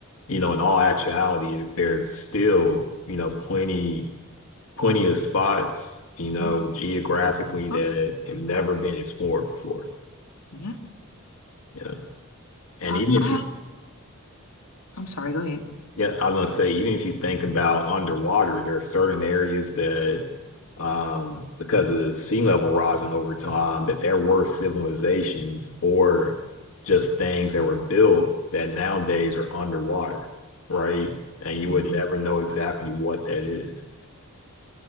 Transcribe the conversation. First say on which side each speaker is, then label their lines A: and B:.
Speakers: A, on the left; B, on the left.
A: you know, in all actuality, there's still, you know, plenty, plenty of spots, you
B: hmm
A: know, geographically
B: That's uncovered.
A: that have never been explored before.
B: Yeah.
A: Yeah, and
B: I,
A: even if
B: I have
A: you
B: to, I'm sorry, go ahead.
A: Yeah, I was gonna say, even if you think about underwater, there are certain areas that, um, because of sea level rising over time, that there were civilizations or just things that were built that nowadays are underwater, right? And you
B: hmm
A: would never know exactly what that is.